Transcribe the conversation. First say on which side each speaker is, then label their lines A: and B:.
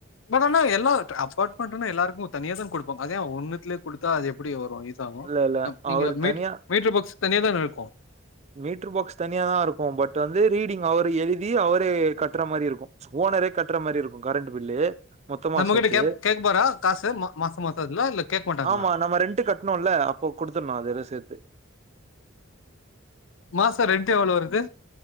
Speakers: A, on the left (about 70°); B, on the right (about 35°).
A: பட் ஆன எல்லா அபார்ட்மெண்ட்னா எல்லாருக்கும் தனியா தா கொடுப்பாங்க அதா ஒன்னுத்தலயே கொடுத்தா அது எப்படி வரும்
B: இல்ல இல்ல
A: நீங்க
B: அவரு
A: மீ
B: தனியா
A: மீடர் பாக்ஸ் தனியா தான இருக்கும்
B: மீட்டர் பாக்ஸ் தனியா தா இருக்கும் பட் வந்து ரீடிங் அவரை எழுதி அவரே கட்டுற மாதிரி இருக்கும் ஓனரே கட்டுற மாதிரி இருக்கும் கரண்ட் பில்லு மொத்தமா
A: நம்மகிட்ட
B: சேர்த்து
A: கேப் கேப்பாரா காசு மா மாசம் மாசம் அதுல இல்ல கேக்க மாட்டாங்களா?
B: ஆமா நம்ம ரெண்டட் கட்டணும்ல்ல அப்போ குடுடுத்தடணும் அதது எல்ல சேர்த்து
A: மாச ரென்ட்டு எவ்ளோ வருது